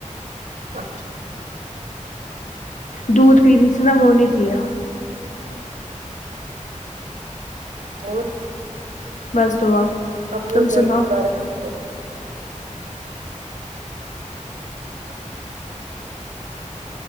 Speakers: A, on the right; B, on the left.
A: اچھا
B: دودھ پی سے نا وہ نہیں پیا
A: اور
B: بس دعا
A: اب ہو
B: تم
A: جائے
B: سناؤ
A: گی فرک ان کو <inaudible>